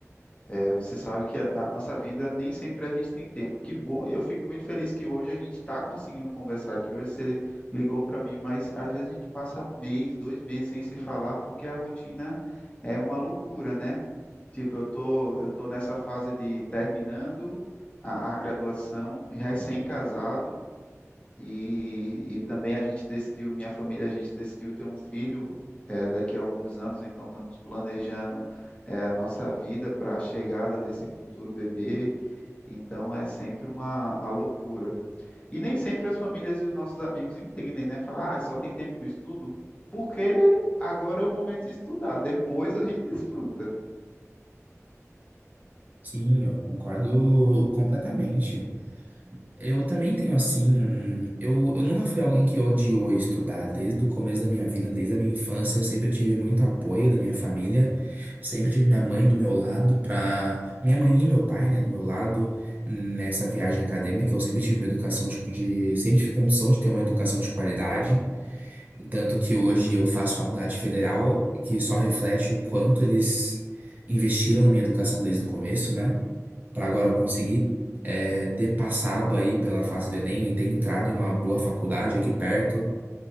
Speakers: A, on the left; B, on the right.
A: é, você sabe que a, a nossa vida nem sempre a gente tem tempo. Que bom, eu fico muito feliz que hoje a gente está conseguindo conversar aqui. Hoje você ligou para mim, mas às vezes a gente passa um mês, dois meses sem se falar, porque a rotina é uma loucura, né? Tipo, eu tô, eu tô nessa fase de terminando a, a graduação, recém-casado. E, e também a gente decidiu, minha família, a gente decidiu ter um filho eh, daqui a alguns anos, então estamos planejando eh, a nossa vida para a chegada desse futuro bebê. Então é sempre uma a loucura. E nem sempre as famílias e os nossos amigos entendem, né? Falar, ah, só tem tempo para estudo, porque agora é o momento de estudar, depois a gente desfruta.
B: Sim, eu concordo completamente. Eu também tenho assim um. Eu, eu nunca fui alguém que odiou estudar desde o começo da minha vida, desde a minha infância. Eu sempre tive muito apoio da minha família, sempre tive minha mãe do meu lado, pra. Minha mãe e meu pai, né, do meu lado, nessa viagem acadêmica. Eu sempre tive uma educação de. de- Sempre tive condição de ter uma educação de qualidade. Tanto que hoje eu faço faculdade federal, que só reflete o quanto eles investiram na minha educação desde o começo, né? para agora eu conseguir é, ter passado aí pela fase do Enem e ter entrado em uma boa faculdade aqui perto,